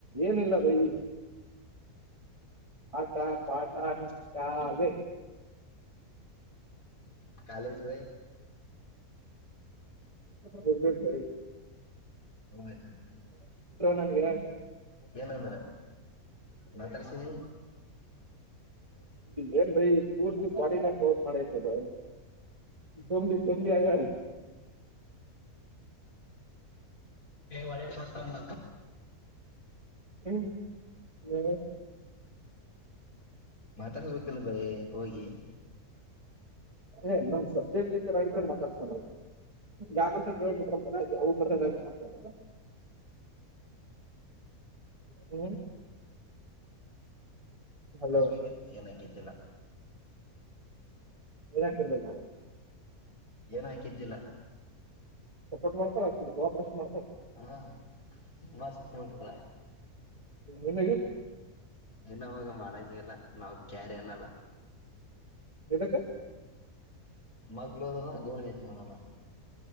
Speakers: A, on the right (about 20°); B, on the left (about 65°).
A: ಏನಿಲ್ಲ ಬೈ ಟಾ ಪಾಟಾ ಕದು
B: ಕಾಲೇಜ ಭೈ
A: ಹಬೇಕಿ
B: ಹಾ
A: ನನ್ಗೆ
B: ಏನಂದ್ರ ಮಾತ್ತರ ಸಿಿನ
A: ಏನ್ ಭೈ ಪೂರ್ದ ಬಾಡಿನ ಮಾಡೈತೆ ಬ ಜಂಬಿ ಚಂಡಿಯಗ
B: ಒಳೆ ಕೊಟ್ಟಂದ
A: ಹ್ಮ್ ಹ್ಮ
B: ಮಾತಾಡ್ಬೇಕಲ್ಲ ಬ ಹೋಗಿ
A: ಏ ನಮ್ ಸಬ್ಜೆಕ್ಟ್ ಟೀಚರ್ ಆಗಿದ್ರೆ ಮಾತಾಡ್ಸ ಯಾಕಂತ ಕಬಿಟ್ರ ಹ ಹ್ಮ್ ಹಲೋ
B: ಹಸಮ ಏನ ಕಿದ್ದಿಲ್ಲ
A: ಏನಾಕರ್ತಲ್ ನಾ
B: ಏನ್ ಹಾಕಿದ್ದಿಲ್ಲ
A: ಸಪೋರ್ಟ್ ಮಾಡ್ತಾಳ ಆಕಿ ಕೋಆಪರೇಷನ್ ಮಾಡ್ತಾಳ
B: ಹಾ ಮಸ್ ಮಡ್ತ
A: ನಿಮಗೆ
B: ನ ಹಾಗ ಮಾಡಂಗಗೆಲ್ಲ ನಾವ ಕ್ಯಾರ ಅನಲ್ಲ
A: ಎಕ್ಕೆ
B: ಮಗ್ಳದ ಗೋಣ ನೋಡಲ್ಲ